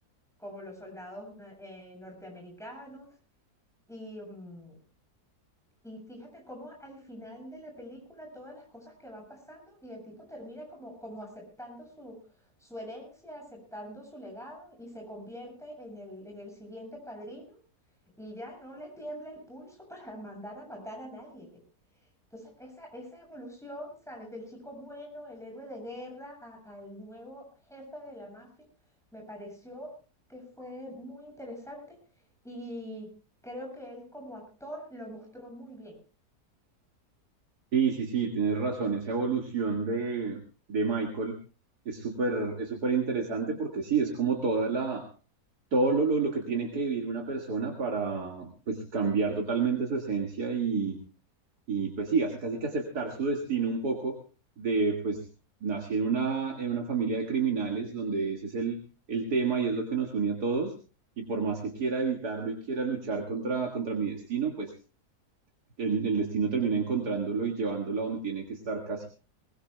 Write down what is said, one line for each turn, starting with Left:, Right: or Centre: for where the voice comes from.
Centre: como los soldados na- eh, norteamericanos. Y, mm, y fíjate cómo al final de la película todas las cosas que van pasando y el tipo termina como, como aceptando su, su herencia, aceptando su legado y se convierte en el, en el siguiente padrino. Y ya no le tiembla el pulso <laughs> para mandar a matar a nadie. Entonces, esa, esa evolución, ¿sabes? Del chico bueno, el héroe de guerra, a- al nuevo jefe de la mafia, me pareció que fue muy interesante y creo que él como actor lo mostró muy bien.
Right: Sí, sí, sí, tienes razón. Esa evolución de, de Michael es súper, es súper interesante porque sí, es como toda la, todo lo, lo, lo que tiene que vivir una persona para pues cambiar totalmente su esencia y, y pues sí, así casi que aceptar su destino un poco de pues nací en una, en una familia de criminales donde ese es el, el tema y es lo que nos une a todos y por más que quiera evitarlo y quiera luchar contra, contra mi destino, pues el, el destino termina encontrándolo y llevándolo a donde tiene que estar casi.